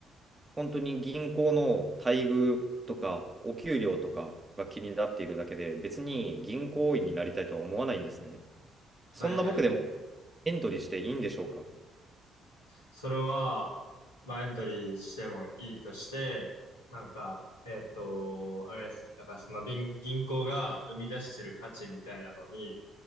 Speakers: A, on the right (about 20°); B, on the left (about 85°).
A: 本当に銀行の待遇とか、お給料とかが気になっているだけで、別に銀行員になりたいとは思わないんですね。そんな僕でも
B: はいはいはいはい。
A: エントリーしていいんでしょうか
B: それは、まあ、エントリーしてもいいとして、なんか、えっと、あれですね。だからその銀、銀行が生み出してる価値みたいなのに、